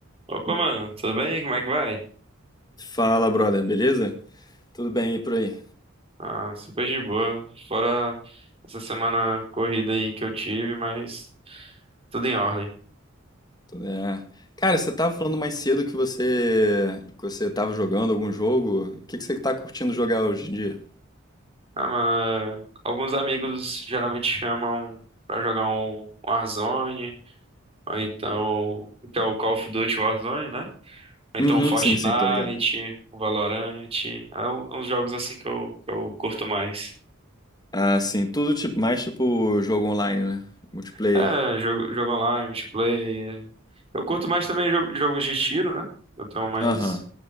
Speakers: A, on the right; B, on the left.
A: Opa, mano, tudo bem? Como é que vai?
B: Fala, brother, beleza? Tudo bem e por aí?
A: Ah, super de boa. Fora essa semana corrida aí que eu tive, mas tudo em ordem.
B: É, Cara, você tava falando mais cedo que você que você tava jogando algum jogo. O que que você tá curtindo jogar hoje em dia?
A: Ah, mano, é, alguns amigos geralmente chamam pra jogar um Warzone, ou então, que é o Call of Duty Warzone, né? Ou
B: Uhum,
A: então um Fortnite,
B: sim, sim, tô ligado.
A: o Valorant, é um- uns jogos assim que eu, que eu curto mais.
B: Ah, sim, tudo tipo, mais tipo jogo online, né? Multiplayer.
A: É, jogo, jogo online, multiplayer. Eu curto mais também jo- jogos de tiro, né? Eu tenho mais
B: Aham.